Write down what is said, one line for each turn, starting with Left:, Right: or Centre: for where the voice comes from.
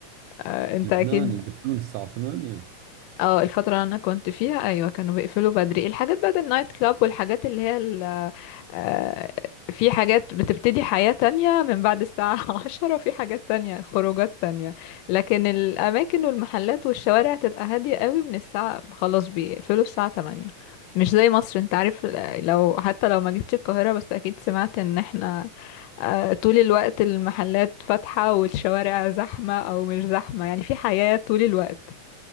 Left: آه، انت
Right: في لبنان
Left: اكيد
Right: يقفلون الساعة ثمانية
Left: اه الفترة اللي انا كنت فيها ايوه كانوا بيقفلوا بدري الحاجات بقى النايت كلاب والحاجات اللي هي ال- آه، في حاجات بتبتدي حياة تانية من بعد الساعة <laughs> عشرة في حاجات تانية خروجات تانية لكن الأماكن والمحلات والشوارع تبقى هادية قوي من الساعة خلاص بيقفلوا الساعة تمانية مش زي مصر انت عارف لو حتى لو ما جيتش القاهرة بس أكيد سمعت ان احنا آه، طول الوقت المحلات فاتحة والشوارع زحمة أو مش زحمة يعني في حياة طول الوقت